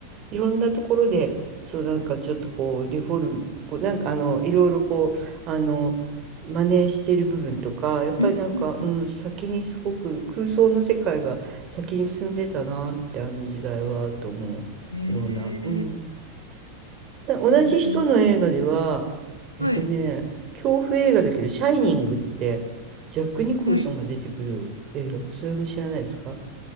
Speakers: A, on the right; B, on the left.
A: いろんなところでそうなんかちょっとこうデフォルムこうなんかあのいろいろこうあの真似してる部分とかやっぱりなんか、
B: うん。うん
A: うん、先にすごく空想の世界が先に進んでたなってあの時代はと思うような、
B: ええ、
A: うん、で同じ人の映画では
B: 面白そ
A: えっとね恐怖映画だけど「シャイニング」って
B: う。はい。
A: ジャック・ニコルソンが出てくる映画それも知らないですか
B: はい。